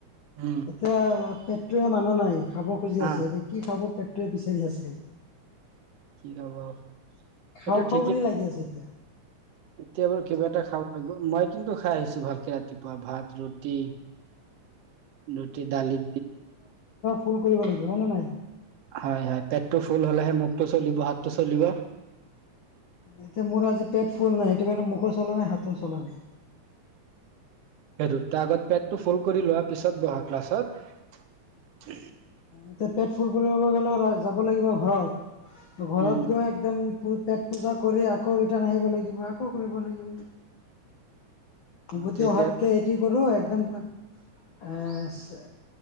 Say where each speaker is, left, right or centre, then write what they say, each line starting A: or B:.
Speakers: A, on the right; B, on the left.
A: উম।
B: এতিয়া পেটোৱয়ে মানুহ নাই খাব খুজি আছে
A: আহ
B: এতিয়া কি খাব পেট। বিচাৰি আছেি
A: কি খাব সেইটো
B: খাওঁ খাওঁ
A: ঠিকে
B: বুলি লাগি আছে এতিয়া।
A: এতিয়া বাৰু কিবা এটা খাব লাগিব মই কিন্তু খাই আহিছো ভালকে ৰাতিপুৱা ভাত, ৰুটি। ৰুটি দালি।
B: ফুন কৰিব লাগিব জনো নে নাই?
A: হয় হয়। পেটটো ফুল হলেহে মুখটো চলিব, হাতটো চলিব।
B: এতিয়া মোৰ আজি পেট ফুল নাই, সেইটো কাৰণে মুখো চলা নাই, হাতো চলা নাই।
A: সেইটো তাৰ আগত পেটটো ফুল কৰি লোৱা, পিছত বহা ক্লাছত
B: এতিয়া পেট ফুল কৰিব গলে যাব লাগিব ঘৰত, ঘৰত
A: উম
B: গৈ একদম পেট পূজা কৰি আকৌ ৰিটাৰ্ণ আহিব লাগিব, আকৌ কৰিব লাগিব। পুৰ্বটি
A: তেতিয়া
B: অহাতকে হেতি‌ কৰক, একটাইম এহ,